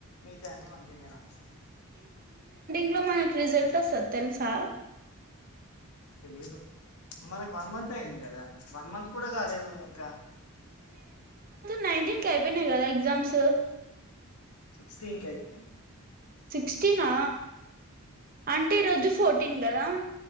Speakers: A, on the left; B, on the right.
A: మిగతా అన్ని మంచిగానే రాసిన
B: ఇలో మనకు రిజల్ట్స్ ఒస్తది తెలుసా
A: తెలీదు మనకి వన్ మంత్ అయింది కదా వన్ మంత్ కూడా కాలేదు ఇంకా
B: నేనేటిన్ కి ఐపోయినయ్ కదా ఎగ్జామ్స్
A: సిక్సటీన్ కి ఐతాయ్
B: సిక్స్టీీనా అంటే ఈరోజు ఫోర్టీన్ కదా